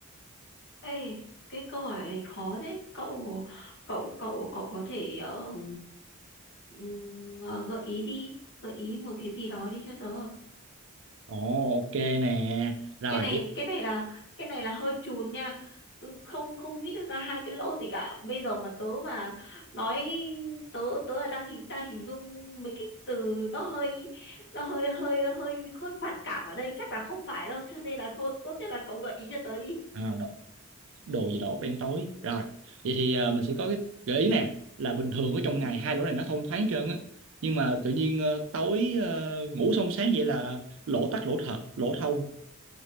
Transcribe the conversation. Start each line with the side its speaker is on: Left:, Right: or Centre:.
Left: ê cái câu hỏi này khó thế cậu cậu cậu cậu có thể ờ, ừm, ờ, gợi ý đi gợi ý một cái gì đó đi cho tớ
Right: Ồ, ok nè. Rồi,
Left: cái này cái này là cái này là hơi chùn nha Ừ, không không nghĩ được ra hai cái lỗ gì cả bây giờ mà tớ mà nói tớ tớ là đang hình đang hình dung mấy cái từ nó hơi nó hơi hơi hơi hơi phản cảm ở đây chắc là không phải đâu cho nên là thôi tốt nhất là cậu gợi ý cho tớ đi
Right: à, đồ gì đó đen tối rồi vậy thì ờ, mình sẽ có cái gợi ý nè là bình thường ở
Left: ừ,
Right: trong ngày hai lỗ này nó thông thoáng hết trơn á nhưng mà tự nhiên ờ, tối ờ, ngủ xong sáng vậy là lỗ tắc lỗ thật lỗ thông